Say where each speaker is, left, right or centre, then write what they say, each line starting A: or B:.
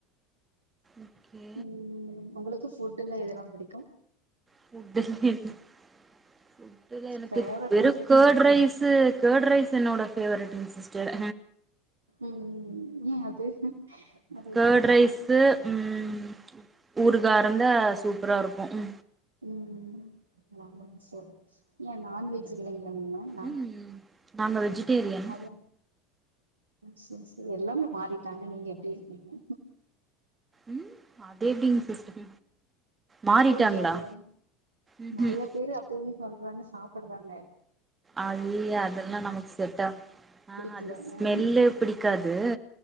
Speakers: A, on the right (about 20°); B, on the right (about 90°).
A: ஓகே
B: ம் ஒங்களுக்கு ஃபுட்டுல எதெல்லா புடிக்கு
A: ஃபுட்டுல எனகு ஃபுட்டுல எனக்கு
B: ஃபேவரட்ன்னு
A: வெறு
B: இருக்கும்ல
A: கேட் ரைஸ் து கேர்ட் ரைஸ் என்னோட ஃபேவரட்டுங் சிஸ்டர்
B: ம் ஏ அது அதுதா
A: கர்ட்
B: புடிக்குமா
A: ரைஸ்ஸு ம் ஊருகா இருந்தா சூப்பராக இருக்கு
B: ம் <unintelligible> செரி ஏ நான்வெஜ் இல்லைங்ளா இங்கெ ந
A: ம் ம் நாங்க வெஜிடேரியன்
B: அத செரி செரி எல்லாமே மாறி ட்டாங்க நீங்க எப்டி இருக்கீங்க
A: ம் அது எப்டிங்க சிஸ்டர் மாறிட்டாங்களா
B: புடிக்காது
A: ம்ஹும்
B: நெறைய பேரு அப்டியே சொல்றாங்க சாப்புட்றாங்க
A: அய்யெய்யெ அதெல்லா நமக்கு செட்டா ஆ
B: புடிக்கல
A: அது ஸ்மெல்லு
B: அ
A: பிடிக்காது